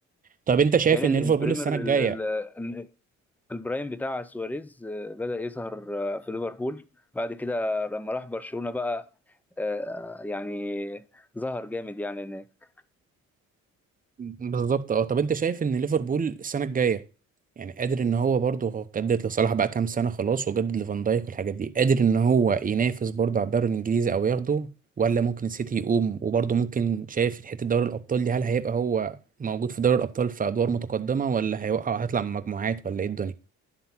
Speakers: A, on the right; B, in the centre.
A: طب انت شايف
B: كان ال-
A: ان ليفربول
B: البريمر
A: السنه الجايه
B: ال- ال- البرايم بتاع سواريز آه، بدأ يظهر آه، في ليفربول بعد كده لما راح برشلونة بقى آه، يعني ظهر جامد يعني هناك
A: بالظبط اه طب انت شايف ان ليفربول السنه الجايه يعني قادر ان هو برضه هو جدد لصلاح بقى كام سنه خلاص وجدد لفان دايك والحاجات دي قادر ان هو ينافس برضه على الدوري الانجليزي او ياخده ولا ممكن السيتي يقوم وبرضه ممكن شايف حته دوري الابطال دي هل هيبقى هو موجود في دوري الابطال في ادوار متقدمه ولا هيوقع هيطلع من مجموعات ولا ايه الدنيا